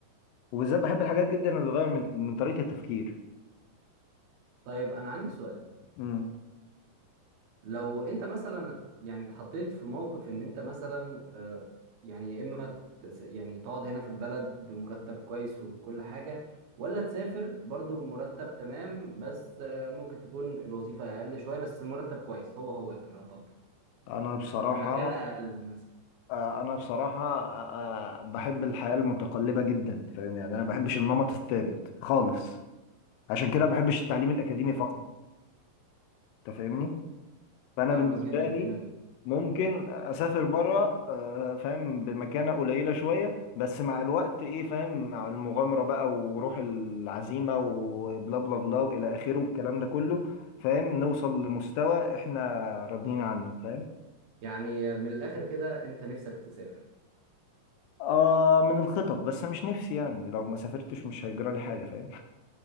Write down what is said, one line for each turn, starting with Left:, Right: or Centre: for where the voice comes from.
Left: وبالذات بحب الحاجات جدا اللي بتغير من من طريقه التفكير
Right: طيب انا عندي سؤال
Left: امم
Right: لو انت مثلا يعني اتحطيت في موقف ان انت مثلا آه، يعني يا اما تس- يعني تقعد هنا في البلد بمرتب كويس وكل حاجة ولا تسافر برضو بمرتب تمام بس آه، ممكن تكون الوظيفة اقل شوية بس المرتب كويس هو هو يعتبر
Left: انا بصراحه
Right: المكانة أقل مثلا
Left: آه، انا بصراحه آه، آه، بحب الحياه المتقلبه جدا فاهم يعني انا ما بحبش النمط الثابت خالص عشان كده ما بحبش التعليم الاكاديمي فقط
Right: آه،
Left: انت فاهمني فانا
Right: فاهمك
Left: بالنسبه
Right: جدا
Left: لي
Right: كمان
Left: ممكن اسافر بره فاهم بمكانه قليله شويه بس مع الوقت ايه فاهم مع المغامره بقى وروح العزيمه وبلا بلا بلا والى اخره والكلام ده كله فاهم نوصل لمستوى احنا راضيين عنه فاهم
Right: يعني من الآخر كده أنت نفسك تسافر
Left: آه من الخطط بس مش نفسي يعني لو ما سافرتش مش هيجرى لي حاجة فاهم